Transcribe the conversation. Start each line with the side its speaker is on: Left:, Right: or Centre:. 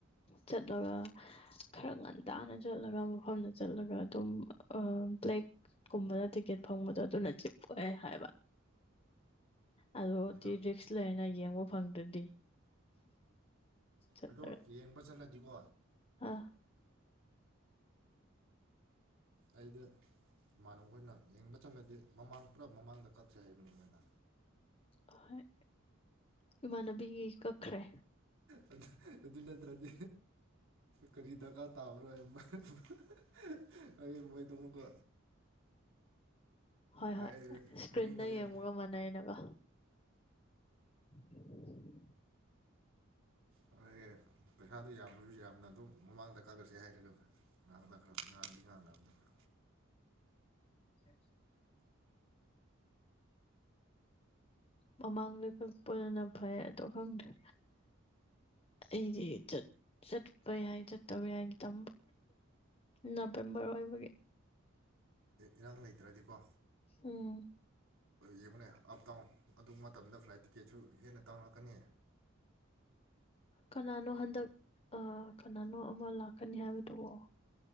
Left: ꯆꯠꯂꯒ ꯈꯔ ꯉꯟꯇꯥꯅ ꯆꯠꯂꯒ ꯃꯐꯝꯗ ꯆꯠꯂꯒ ꯑꯗꯨꯝ ꯕ꯭ꯂꯦꯛꯀꯨꯝꯕꯗ ꯇꯤꯀꯦꯠ ꯐꯪꯕꯗꯣ ꯑꯗꯨꯅ ꯆꯤꯞ ꯑꯣꯏꯑꯦ ꯍꯥꯏꯕ ꯑ
Right: ꯑꯗꯣ
Left: ꯇꯤ ꯔꯔꯤꯛꯁ ꯂ ꯂꯩꯅ ꯌꯦꯡꯕ ꯐꯪꯗ꯭ꯔꯗꯤ ꯆꯠꯂꯒꯦ
Right: ꯑꯗꯣ ꯌꯦꯡꯕ ꯆꯠꯂꯗꯤꯀꯣ
Left: ꯑꯥ
Right: ꯑꯩꯗꯤ ꯏꯃꯥꯟꯅꯕꯣꯏꯅ ꯌꯦꯡꯕ ꯆꯜꯂꯗꯤ ꯃꯃꯥꯡ ꯄꯨꯔꯥ ꯃꯃꯥꯡꯗ ꯀꯛꯁꯦ ꯍꯥꯏꯕꯅꯦ ꯃꯣꯏꯅ
Left: ꯑꯍꯣꯏ ꯌꯃꯅꯕꯤꯒꯤ ꯀꯈ꯭ꯔꯦ
Right: ꯑ ꯑꯗꯨ ꯄ꯭ꯔꯗꯤ ꯀꯔꯤꯗꯒ ꯇꯥꯕ꯭ꯔꯣꯏꯣꯏ ꯃꯣꯏꯗꯃꯀꯣ
Left: ꯍꯣꯏ
Right: ꯑꯩ
Left: ꯍꯣꯏ ꯏꯁꯀ꯭ꯔꯤꯟꯗ
Right: ꯃꯅꯤꯡꯗ ꯂꯦꯞ
Left: ꯌꯦꯡꯕꯒ ꯃꯥꯟꯅꯩꯅꯀꯣ <unintelligible>
Right: ꯑꯗꯨꯗꯒꯤ ꯄꯩꯁꯥꯗꯨꯣ ꯌꯥꯝꯃꯁꯨ ꯌꯥꯝꯅ ꯑꯗꯨꯝ ꯃꯃꯥꯡꯗ ꯀꯛꯀꯁꯦ ꯍꯥꯏꯔꯒ ꯉꯥꯡꯅ ꯈ꯭ꯔ ꯉꯥꯡꯗꯤ ꯉꯥꯡꯅꯕꯅ ꯈ
Left: ꯎ ꯃꯃꯥꯡꯗ ꯀꯛꯄꯗꯅ ꯐꯩ ꯑꯣ ꯈꯪꯗ꯭ꯔꯦ ꯑꯩꯗꯤ ꯆꯠꯄ ꯌꯥꯏ ꯆꯠꯇꯕ ꯌꯥꯏ ꯇꯝꯕ ꯅꯕꯦꯝꯕꯔ ꯑꯣꯏꯕꯒꯤ
Right: ꯏꯔꯥꯡ ꯂꯩꯇ꯭ꯔꯗꯤꯀꯣ
Left: ꯎꯝ
Right: ꯌꯦꯡꯉꯅꯦ ꯑꯞꯗꯥꯎꯟ ꯑꯗꯨ ꯃꯇꯝꯗ ꯐ꯭ꯂꯥꯏꯠ ꯇꯤꯀꯦꯠꯁꯨ ꯍꯦꯟꯅ ꯇꯥꯡꯔꯛꯀꯅꯤ
Left: ꯀꯅꯥꯅꯣ ꯍꯟꯗꯛ ꯀꯅꯥꯅꯣ ꯑꯃ ꯂꯥꯛꯀꯅꯤ ꯍꯥꯏꯕꯗꯨꯕꯣ